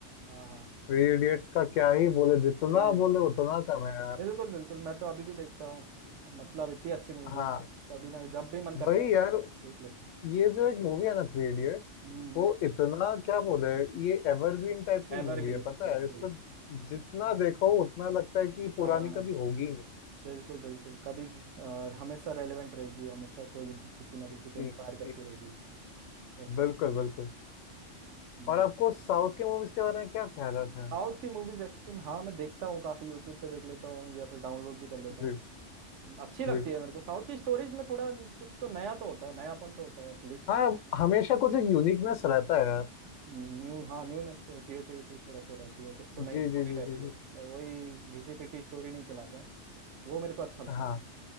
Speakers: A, on the right; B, on the left.
A: हाँ हाँ
B: थ्री इडियट्स का क्या ही बोले जितना
A: क्रेज
B: बोले उतना कम है यार
A: बिल्कुल बिल्कुल मैं तो अभी भी देखता हूँ मतलब इतनी अच्छी मूवी
B: हाँ
A: है कभी ना जब भी मन करता
B: वही
A: है
B: यार
A: देख लेते हैं
B: ये जो एक मूवी है ना थ्री इडियट्स
A: हम्म
B: वो इतना क्या बोले ये एवरग्रीन टाइप की
A: एवरग्रीन
B: मूवी है पता
A: बिल्कुल
B: है इसको जितना देखो उतना लगता है कि पुरानी
A: हाँ
B: कभी होगी ही नहीं
A: बिल्कुल बिल्कुल कभी अ, हमेशा रेलेवेंट रहेगी हमेशा कोई किसी ना किसी
B: जी
A: को इंस्पायर करती
B: जी
A: रहेगी ऐसा
B: बिल्कुल बिल्कुल
A: हम्म
B: और आपको साउथ के मूवीज के बारे में क्या ख्याल आता है
A: साउथ की मूवीज एक्चुअली हाँ मैं देखता हूँ काफी यूट्यूब पे देख लेता हूँ या फिर डाउनलोड भी कर लेता
B: जी
A: हूँ हम्म, अच्छी लगती
B: जी
A: है मेरे को साउथ की स्टोरीज में थोड़ा कुछ तो नया तो होता है नयापन तो होता है एटलीस्ट
B: हाँ हमेशा कुछ एक यूनिकनेस रहता है यार
A: न्यू हाँ न्यूनेस क्रिएटिविटी थोड़ा तो रहती है कुछ तो नई
B: जी
A: स्टोरी
B: जी जी
A: रहती
B: जी
A: है
B: जी
A: वही घिसी पिटी स्टोरी नहीं चलाते हैं वो मेरे को अच्छा लगता
B: हाँ
A: है